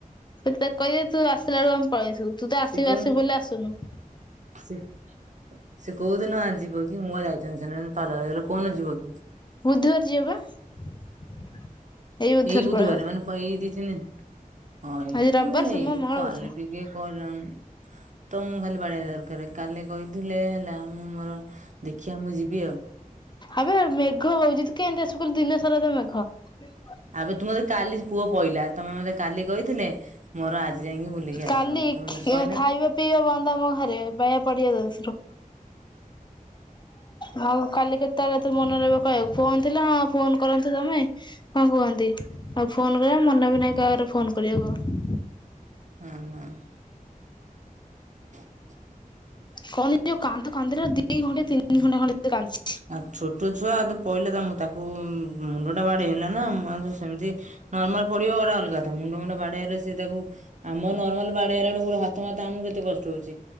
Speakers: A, on the left; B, on the right.
A: ତାକୁ କହିଦେ ତୁ ଆସିଲ ବେଳକୁ ଆମେ ପଳେଇ ଥିବୁ ତୁ ତ ଆସିବୁ
B: ସେ କହୁନୁ
A: ଆସିବୁ ବୋଲି ଆସୁନୁ।
B: ସେ <unintelligible> ସେ କୋଉ ଦିନ ଆ ଯିବ କି ମୁଁ ଯାଇଥାନ୍ତି ସେ ପାଲର କୋଉଦିନ ଯିବ କି?
A: ବୁଧୁବାର ଯିବା ବା। ବୁଧବାର
B: ଏଇ ବୁଧବରେ
A: ପଳେଇବା।
B: ମାନେ ଏଇ ଦି ନିିନ ହଁ ଏଇ
A: ଆଜି
B: ତ
A: ରବିବାର
B: ଏଇ
A: ସୋମବାର ମଙ୍ଗଳ
B: କାଲି
A: ବୁଧ
B: ଟିକେ କ ତମକୁ ଖାଲି ବାଡ଼ିଆ ଦରକାର କାଲି କହିଥିଲେ ହେଲା ମୁଁ ମୋର ଦେଖିବା ମୁଁ ଯିବି ଆଉ।
A: ଆବେ ମେଘ ହଉଛି ତୁ କେମିତି ଆସୁ କହିଲୁ ଦିନ ସାରା ତ ମେଘ। <unintelligible>
B: ଆବେ ତୁ ମତେ କାଲି ପୁଅ ପଇଲା ତମେ ମତେ କାଲି କହିଥିଲେ ମୋର ଆଜି, ଆଜି ଯାଇକି ବୁଲିକି
A: କାଲି
B: ଆସିଥାନ୍ତି ତମେ
A: ଖି
B: ମୋତେ କହିଲାନି?
A: ଖାଇବା ପିଇବା ବନ୍ଦ ଆମ ଘରେ <unintelligible> ହଉ କାଲି କେତେବେଳେ ତ ମନେ ରହିବ କହିବାକୁ ଫୋନ ଥିଲା ହଁ ଫୋନ କରନ୍ତୁ ତମେ ହଁ କୁହନ୍ତି ଆଉ ଫୋନ କରିବା ମନେ ବି ନାହିଁ କାହାଘରେ ଫୋନ କରିବା କଣ।
B: ହଁ ହଁ <inaudible> ହ <inaudible>
A: କଣ ଯୋଉ କାନ୍ଦୁ କାନ୍ଦିଲ ଦି ଘଣ୍ଟା ତିନି ଘଣ୍ଟା ଖଣ୍ଡେ କାନ୍ଦିଛି।
B: ଆଉ ଛୋଟ ଛୁଆ ତ ପହିଲେ ତ ମୁଁ ତାକୁ ମୁଣ୍ଡ ଟା ବାଡେଇ ହେଲା ନା ସେମିତି ନର୍ମାଲ ପଡିବ ଗଟେ ଅଲଗା ମୁଣ୍ଡ ମୁଣ୍ଡ ବାଡେଇ ହେଲେ ସେ ତାକୁ ଆମ ନର୍ମାଲ ବାଡ ହେଲା ବେଳକୁ ହାତ ଫାତ ଆମକୁ କେତେ କଷ୍ଟ ହଉଛି।